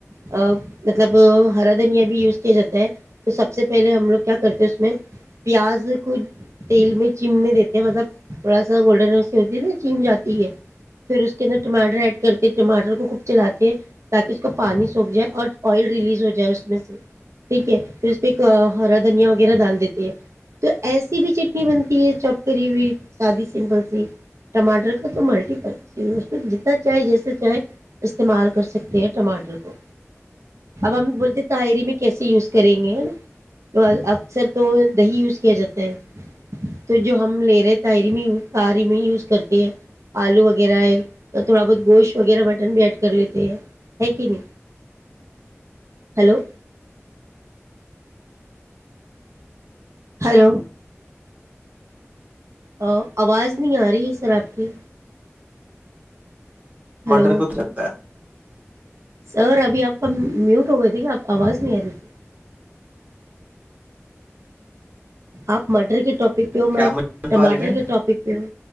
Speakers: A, on the right; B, on the right.
A: مطلب ہرا دھنیا بھی یوز کیا جاتا ہے تو سب سے پہلے ہم لوگ کیا کرتے پیاز کو تیل میں چمنے دیتے ہیں مطلب تھوڑا سا گولڈن ہوتی ہے چم جاتی ہے پھر اس کے اندر ٹماٹر ایڈ کرتے ٹماٹر کو خوب چلاتے تاکہ اس کو پانی سوکھ جائے اور آئل ریلیز ہو جائے اس میں سے ٹھیک ہے ج پ ایک ہرا دھنیا وغیرہ ڈال دیتی ہے تو ایسی بھی چٹنی بنتی چوپکری ہوئی سادی سمپل سی ٹماٹر کا تو ملٹی جتنا چائے جیسے چائے استعمال کر سکتے ہیں ٹماٹر کو اب ہم بولتے تعری میں کیسے یوز کریں گے نا تو سر تو دہی یوز کیا جاتا ہے تو جو ہم لے رہے ہیں تاہری میں تاری میں ہی یوز کرتے ہیں آلو وغیرہ ہے یا تھوڑا بہت گوشت وغیرہ مٹن بھی ایڈ کر لیتے ہیں ہے کہ نہیں ہلو ہلو ا آواز نہیں آ رہی ہے سر آپ کی ہلو
B: مٹر کود لگتا ہے
A: سر ابھی آپ کا میوٹ ہو گیا تھا کہ آپ آواز نہیں آ رہی تھی آپ مرڈر کے ٹاپ ٹپک پ میں
B: کیا آپ مجھے
A: ٹماٹر
B: پا رہی ہیں
A: کے ٹاپک پ ہوں